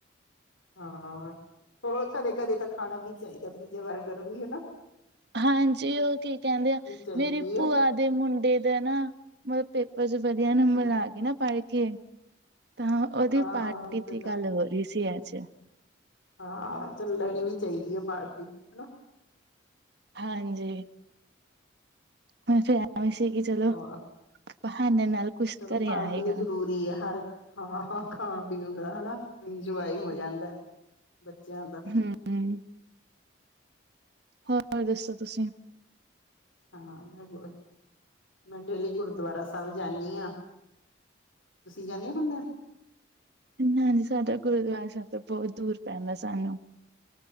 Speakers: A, on the left; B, on the right.
A: ਹਾਂ ਥੋੜ ਕਦੇ ਕਦੇ ਤਾਂ ਖਾਣਾ ਵੀ ਚਾਈਦਾ ਪੀਜ਼ਾ ਵਗੈਰਾ ਗਰਮੀ ਏਨਾ।
B: ਹਾਂਜੀ ਓ ਕੀ ਕੈਂਦੇ ਆ,
A: ਚਾਹੀਦੀ
B: ਮੇਰੀ ਭੂਆ
A: ਹੈ
B: ਦੇ ਮੁੰਡੇ ਦੇ ਨਾ ਮ ਪੇਪਰ ਚ ਵਧੀਆ ਨੰਬਰ
A: ਹਾਂ
B: ਆ ਗੇ ਨਾ ਪੜ ਕੇ ਤਾਂ ਓਦੀ
A: ਹਾਂ
B: ਪਾਰਟੀ
A: ਫਿਰ
B: ਦੀ
A: ਤਾਂ
B: ਗੱਲ ਹੋ ਰੀ ਸੀ ਅੱਜ।
A: ਹਾਂ, ਚੱਲੈਣੀ ਵੀ ਚਾਹੀਦੀ ਐ ਪਾਰਟੀ ਹਨਾ।
B: ਹਾਂਜੀ। ਮੈਂ ਕੇਆ ਵਿ ਸੀ ਕੀ ਚਲੋ
A: ਹਾਂ
B: ਬਹਾਨੇ ਨਾਲ ਕੁਛ
A: ਚਲੋ
B: ਘਰੇ
A: ਪਾਰਟੀ
B: ਆਏਗਾ
A: ਏ ਜਰੂਰ ਵੀ ਹਰ ਹਾਂ ਖਾਣ ਪੀਣ ਦਾ ਹਨਾ ਇੰਜੋਏ ਹੋ ਜਾਂਦੈ। ਬੱਚੇਆਂ ਦਾ।
B: ਹੂੰ, ਹੋਰ ਦੱਸੋ ਤੁਸੀ।
A: ਹਾਂ ਮੈਂ ਗੁ ਮੈਂ ਡੇਲੀ ਗੁਰਦੁਆਰਾ ਸਾਬ ਜਾਂਨੀ ਆਂ। ਤੁਸੀ ਜਾਂਨੇ ਹੁੰਨੇ ਓ?
B: ਨਾਜੀ ਸਾਡਾ ਗੁਰਦੁਆਰਾ ਸਾਬ ਤੋ ਬੋਤ ਦੂਰ ਪੈਂਦਾ ਸਾਨੂੰ।